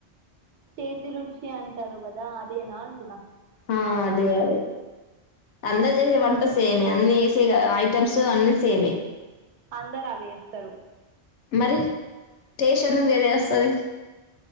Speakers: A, on the right; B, on the left.
A: చేతి రుచి అంటారు కదా అదేనా అంటున్నా
B: ఆ అదే అదే అందరు చేసే
A: ఉహు
B: వంట సేమే అన్ని ఎసే గద ఐటమ్స్ అన్ని సేమే
A: అందరు అవే వేస్తారు
B: మరి టెస్ట్ అన్న మీరే ఎస్ సరే